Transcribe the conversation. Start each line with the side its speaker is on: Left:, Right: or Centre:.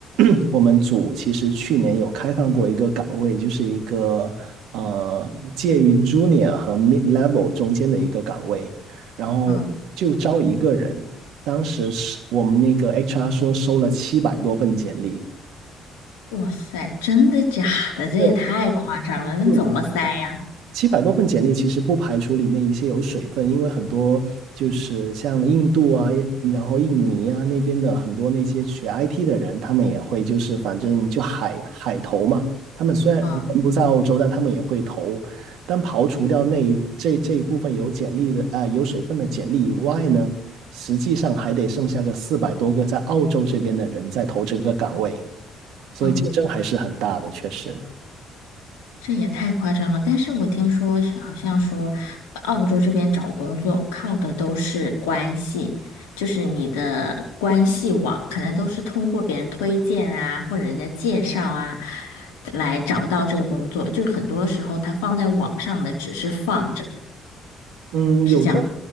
Right: <clears throat> 我们组其实去年有开放过一个岗位，就是一个呃介于 junior 和 mid level 中间的一个岗位，然后就招一个人，
Left: 嗯，
Right: 当时是我们那个 HR 说收了七百多份简历。
Left: 哇塞，真的假的？这也太夸张了，
Right: 对，
Left: 那怎么塞呀？
Right: 嗯，七百多份简历其实不排除里面一些有水分，因为很多就是像印度啊，然后印尼啊那边的很多那些学 IT 的人，他们也会就是反正就海海投嘛，他们虽然人不在澳洲，
Left: 嗯
Right: 但他们也会投。但刨除掉那一这这一部分有简历的啊、呃有水分的简历以外呢，实际上还得剩下个四百多个在澳洲这边的人在投这个岗位，所以竞争还是很大的，
Left: 嗯。
Right: 确实。
Left: 这也太夸张了，但是我听说是好像说，呃澳洲这边找工作靠的都是关系，就是你的关系网，可能都是通过别人推荐啊，或者人家介绍啊，来找到这个工作。就很多时候他放在网上的只是放着，
Right: 嗯，
Left: 是这样。
Right: 有的，